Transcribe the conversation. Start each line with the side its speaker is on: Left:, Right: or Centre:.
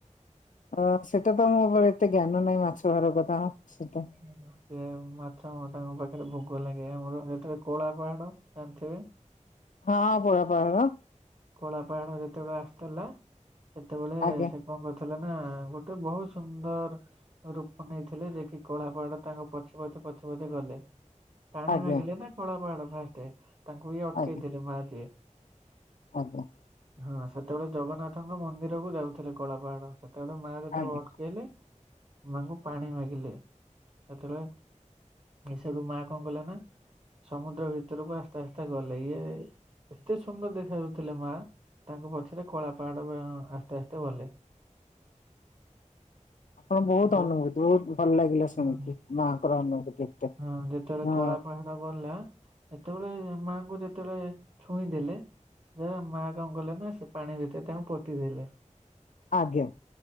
Left: ଅଁ ସେଟା ତ ମୋ ଉପରେ ଏତେ ଜ୍ଞାନ ନାହିଁ ମାଛ ଧରା କଥା, ସେଟା
Right: ସେ ମାଛ ତାଙ୍କ ପାଖରେ ଭୋଗ ଲାଗେ ଆମର ସେଠରେ କଳା ପାହାଡ ଜାଣିଥିବେ।
Left: ହଁ କଳା ପାହାଢ।
Right: କଳାଳା ପାହାଣ ଯେତେବେଳେ ଆସିଥିଲା ସେତେବେଳେ
Left: ଆଜ୍ଞା
Right: ସେ କଣ କରିଥିଲେ ନା ଗୋଟେ ବୋହୁତ୍ ସୁନ୍ଦର୍ ରୂପ ନେଇଥିଲେ ଯେ କିି କଳାପହାଡ ତାଙ୍କ ପଛେ ପଛେ ପଛେ ପଛେ ଗଲେ। ପାଣି
Left: ଆଜ୍ଞା
Right: ମାଗିଲେ ନା କଳା ପାହାଡ ଫାଷ୍ଟେ ତାଙ୍କୁ ଇଏ ଅଟ୍କେଇ
Left: ଆଜ୍ଞା
Right: ଥିଲେ ମା ଯିଏ।
Left: ଆଜ୍ଞା।
Right: ହଁ ସେତେବେଳେ ଜଗନ୍ନାଥଙ୍କ ମନ୍ଦିର କୁ ଯାଉଥିଲେ କଳାପହାଡ ସେ ତେବେଳେ ମା ଯେତେବେଳେ
Left: ଆଜ୍ଞା।
Right: ଅଟକେଇଲେ ମାଙ୍କୁ ପାଣି ମାଗିଲେ ସେତେଳେ ଏ ସେଠୁ ମା କଁ କଲା ନା ସମୁଦ୍ର ଭିତରକୁ ଆସ୍ତେ ଆସ୍ତେ ଗଲେ ଇଏ ଏତେ ସୁନ୍ଦର୍ ଦେଖାଯାଉ ଥିଲେ ମା ତାଙ୍କ ପଛରେ କଳା ପାହାଡ ଆସ୍ତେ ଆସ୍ତେ ଗଲେ। <inaudible>
Left: ଆପଣ ବୋହୁତ୍
Right: ସେତେବେଳେ
Left: ଅନୁଭୂତି ବୋହୁତ୍ ଭଲ ଲାଗିଲା ଶୁଣିକି
Right: ହଁ,
Left: ମାଆଙ୍କର ଅନୁଭୂତି ଏତେ।
Right: ହଁ ଯେତେବେଳେ
Left: ହଁ
Right: କଳା ପାହାଡ ଗଲା ଏତେବେଳେ ମାଙ୍କୁ ଯେତେବେଳେ ଛୁଇଁ ଦେଲେ ମା କଁ କଲେ ନା ସେ ପାଣି ଭିତରେ ତାଙ୍କୁ ପୋତିଦେଲେ।
Left: ଆଜ୍ଞା।